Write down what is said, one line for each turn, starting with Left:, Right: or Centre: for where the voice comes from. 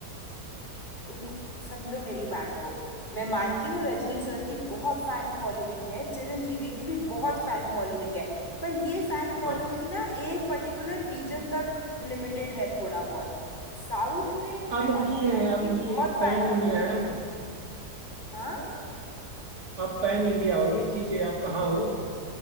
Left: तुम समझो मेरी बात को मैं मानती हूँ रजनी सर की बहुत फैन फॉलोइंग है चिरंजीवी की भी बहुत
Right: हाँ
Left: फैन फॉलोइंग है पर ये फैन फॉलोइंग
Right: हाँ
Left: ना एक पर्टिकुलर रीजन तक लिमिटेड है थोड़ा बहुत साउथ में
Right: अब
Left: मैं मानती
Right: नहीं है
Left: हूँ इनकी
Right: अब नहीं
Left: बहुत
Right: है अब पैन
Left: फैन
Right: इंडिया
Left: फॉलोइंग
Right: है
Left: है
Right: वो
Left: हाँ
Right: अब पैन इंडिया हो गई चीजें आप कहाँ हो